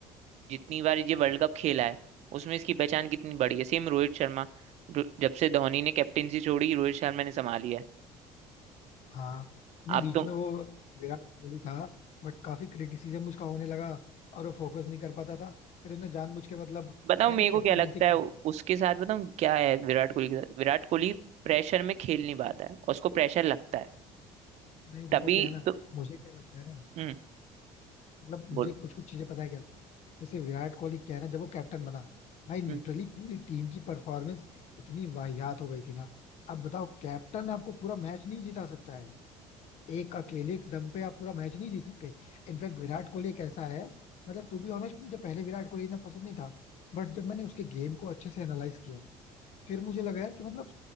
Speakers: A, on the right (about 60°); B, on the left (about 60°).
A: जितनी बार ये वर्ल्ड कप खेला है उसमें इसकी पहचान कितनी बड़ी है सेम रोहित शर्मा जो- जब से धोनी ने कैप्टेंसी छोड़ी रोहित शर्मा ने संभाली है
B: हाँ नहीं
A: आप
B: बीच
A: तो
B: में वो विराट कोहली था बट काफी क्रिटिसिज्म उसका होने लगा और वो फोकस नहीं कर पाता था फिर उसने जानबूझ के मतलब
A: बताओ
B: क्या
A: मेरे
B: है ना
A: को
B: कैप्टेनेंसी
A: क्या लगता
B: की
A: है उ-
B: थी
A: उसके साथ बताऊं क्या है विराट कोहली के साथ विराट कोहली प्रेशर में खेल नहीं पाता है और उसको प्रेशर लगता है
B: नहीं देखो
A: तभी
B: क्या है ना
A: तो
B: मुझे क्या लगता है ना
A: हम्म
B: मतलब मुझे
A: बोलो
B: कुछ कुछ चीजें पता है क्या लगती है जैसे विराट कोहली क्या है ना जब वो कैप्टन बना भाई लिटरली
A: हम्म,
B: पूरी टीम की परफॉर्मेंस इतनी वाहियात हो गई थी ना अब बताओ कैप्टन आपको पूरा मैच नहीं जिता सकता है एक अकेले के दम पे आप पूरा मैच नहीं जीत सकते इनफैक्ट विराट कोहली एक ऐसा है मतलब टू बी ऑनेस्ट मुझे पहले विराट कोहली इतना पसंद नहीं था बट जब मैंने उसके गेम को अच्छे से एनालाइज किया फिर मुझे लगा यार कि मतलब